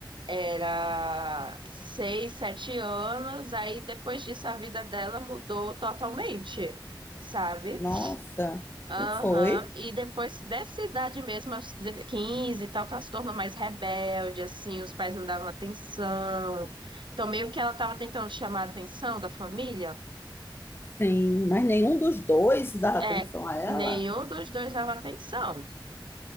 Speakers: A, on the right; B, on the left.
A: Era seis, sete anos, aí depois disso a vida dela mudou totalmente, sabe?
B: Nossa,
A: Aham,
B: e foi?
A: E depois dessa idade mesmo, aos 15 e tal, que ela se tornou mais rebelde, assim, os pais não davam atenção. Então, meio que ela tava tentando chamar a atenção da família.
B: Sim, mas nenhum dos dois dava
A: É,
B: atenção a ela.
A: nenhum dos dois dava atenção.